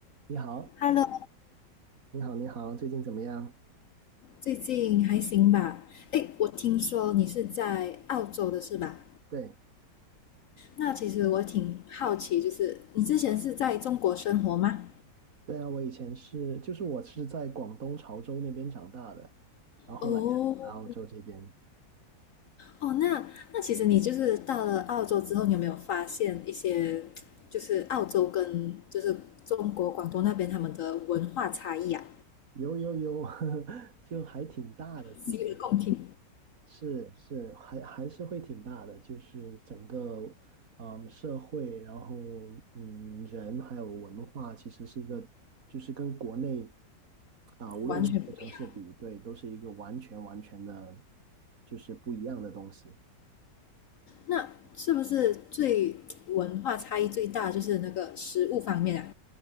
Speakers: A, on the right; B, on the left.
A: 你好，
B: Hello，
A: 你好，你好，最近怎么样？
B: 最近还行吧？诶，我听说你是在澳洲的是吧？
A: 对，
B: 那其实我挺好奇，就是你之前是在中国生活吗？
A: 对啊，我以前是，就是我是在广东潮州那边长大的，然后后来才过来澳洲这边。
B: 哦，哦，那那其实你就是到了澳洲之后，你有没有发现一些就是澳洲跟就是中国广东那边他们的文化差异啊？
A: 有有有，<laughs> 就还挺大的，其实
B: 洗耳恭听，
A: 是是还还是会挺大的，就是整个嗯社会，然后嗯人还有文化，其实是一个就是跟国内啊，无论跟哪个城市比，
B: 完全不一样。
A: 对，都是一个完全完全的，就是不一样的东西。
B: 那是不是最文化差异最大就是那个食物方面啊？